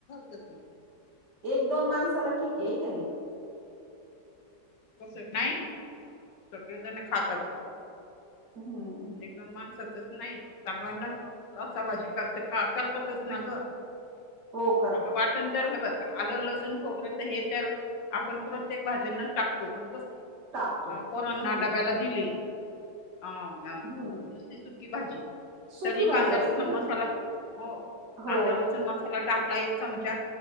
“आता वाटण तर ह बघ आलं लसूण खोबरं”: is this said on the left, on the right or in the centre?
Left